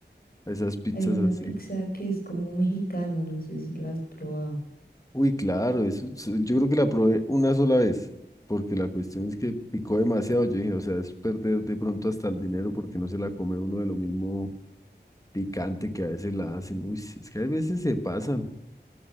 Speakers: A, on the left; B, on the left.
A: a esas pizzas
B: Hay una
A: así.
B: pizza que es como mexicana, no sé si la has probado.
A: Uy, claro, eso, es- yo creo que la probé una sola vez, porque la cuestión es que picó demasiado, yo dije, o sea, es perder de pronto hasta el dinero porque no se la come uno de lo mismo picante que a veces la hacen. Uy, es que a veces se pasan.